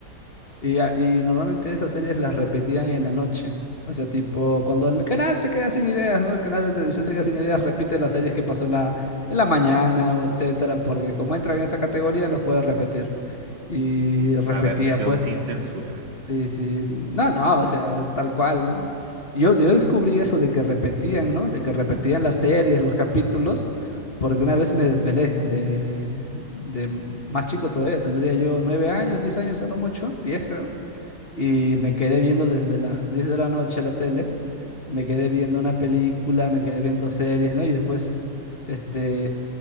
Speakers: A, on the left; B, on the right.
A: y, a- y normalmente esas series las repetían en la noche. O sea, tipo, cuando el canal se queda sin ideas, ¿no? El canal de televisión se queda sin ideas, repite las series que pasó en la, en la mañana o etcétera, porque como entran en esa categoría, los puede repetir. Y repetía,
B: La versión
A: pues,
B: sin censura.
A: y sí, no, no, o sea, tal cual. Yo, yo descubrí eso de que repetían, ¿no? De que repetían las series, los capítulos, porque una vez me desvelé de, de más chico todavía, tendría yo nueve años, diez años, solo mucho, diez creo y me quedé viendo desde las 10 de la noche la tele, me quedé viendo una película, me quedé viendo series, ¿no? Y después, este,